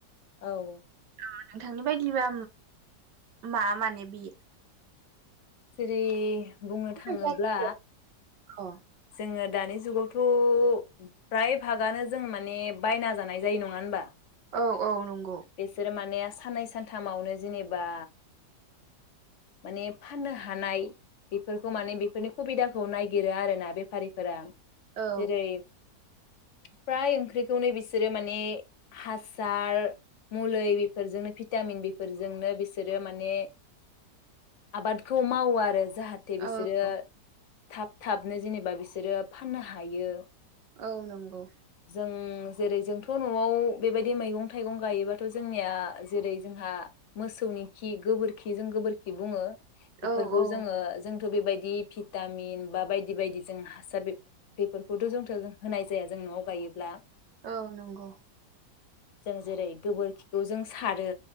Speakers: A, on the left; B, on the right.
A: औ
B: ओ नोंथांनि बायदिब्ला मा माने बि
A: जेरै बुंनो थाङोब्ला
B: जायखिजाया अ
A: जोङो दानि जु जुगावथ' फ्राय भागानो जों माने बायना जानाय जायो नङा होनबा?
B: औ औ नं
A: बिसोरो माने साननै सानथामावनो जेनेब बा माने फाननो हानाय बेफोरखौ माने बेफोरनि खुबिदाखौ नाय गिरो आरोना बेफारिफोरा
B: औ
A: जेरै फ्राय ओंख्रिखौनो बिस जेरै माने हासार मुलै बेफोरजोंनो फि भिटामिन बिफोरजोंनो बिसोरो माने आबादखौ मावो आरो जाहाथे बिसोरो
B: औ
A: थाब थाबनो जेनेबा बिसोरो फाननो हायो।
B: औ नंगौ।
A: जों जेरै जोंथ' न'आव बेबायदि मैगं थाइगं गायोबाथ' जोंनिया जेरै जोंहा मोसौनि खि गोबोरखिजों गोबोर खि बुङो। बेफोरखौ
B: औ औ
A: जोङो जों बेबायदि भिटामिन बा बायदि बायदि जों हासार बेफ-बेफोरखौथ' जोंथ' जों होनाय जाया जों न'आव गायोब्ला।
B: औ नंगौ
A: जों जेरै गोबोरखिखौ जों सारो